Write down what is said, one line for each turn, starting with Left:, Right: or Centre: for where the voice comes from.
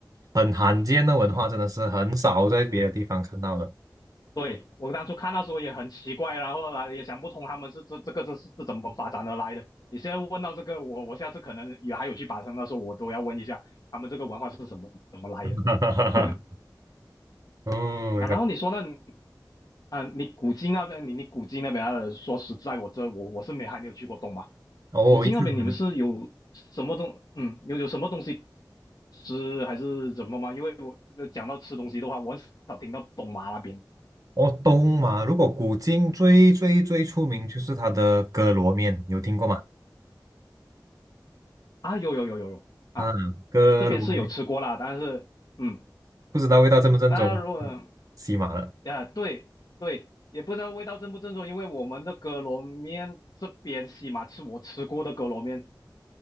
Right: 很罕见的文化，真的是很少在别的地方看到的。
Left: 对，我当初看到时候也很奇怪，然后来也想不通他们是这这个这是是怎么发展而来的。你现在问到这个，我我下次可能也还有去巴生的时候，我都要问一下他们这个文化是什么怎么来的
Right: <laughs>
Left: <laughs>
Right: 哦，
Left: 啊。
Right: 一个
Left: 然后你说那你啊，你古晋那边，你你古晋那边啊，说实在，我这我我是没还没有去过东马。
Right: 哦，
Left: 古晋那边你们是有什么东嗯有有什么东西
Right: 一次。都没
Left: 吃还是怎么吗？因为我呃讲到吃东西的话，我很少听到东马那边的
Right: 哦，东马，如果古今最最最出名就是它的哥罗面，
Left: 嗯
Right: 有听过吗？
Left: 啊有有有有有啊。
Right: 嗯，哥罗面，
Left: 这边是有吃过啦，但是嗯，
Right: 不知道味道正不正宗，
Left: 那如果
Right: 嗯西马了。
Left: 呃对对，也不知道味道正不正宗，因为我们的哥罗面这边西马是我吃过的哥罗面，